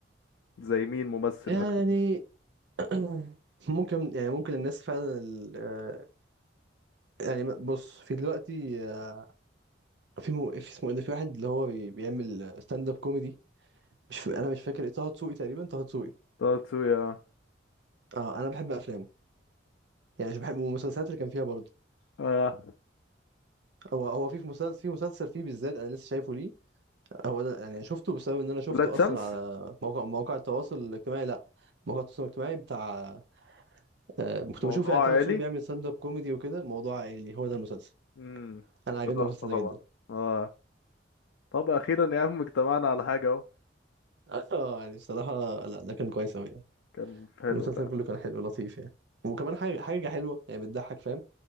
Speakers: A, on the left; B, on the right.
A: زي مين ممثل
B: يعني
A: اكتر مثلا
B: <clears throat> ممكن يعني ممكن الناس فعلا يعني م- بص في دلوقتي آه، في مو... في اسمه ايه ده في واحد اللي هو بي... بيعمل ستاند اب كوميدي مش ف... انا مش فاكر ايه طه دسوقي تقريبا طه دسوقي
A: طه دسوقي اه
B: اه انا بحب افلامه يعني مش بحب المسلسلات اللي كان فيها برضه
A: آه.
B: هو هو في في مسلسل في مسلسل فيه بالذات انا لسه شايفه ليه هو ده يعني شفته بسبب ان انا شفته
A: ولاد
B: اصلا
A: شمس
B: على موقع مواقع التواصل الاجتماعي لا مواقع التواصل الاجتماعي بتاع آه، كنت
A: موضوع
B: بشوف يعني طه
A: عائلي
B: دسوقي بيعمل ستاند اب كوميدي وكده موضوع عائلي هو ده المسلسل
A: امم
B: انا عجبني
A: ده تحفة
B: المسلسل
A: طبعا
B: ده جدا
A: اه طب اخيرا يا عم اجتمعنا على حاجه اهو
B: <laughs> اه يعني بصراحه لا ده كان كويس قوي
A: كان حلو
B: المسلسل
A: فعلا
B: كله كان حلو لطيف يعني وكمان حاجه حاجه حلوه يعني بتضحك فاهم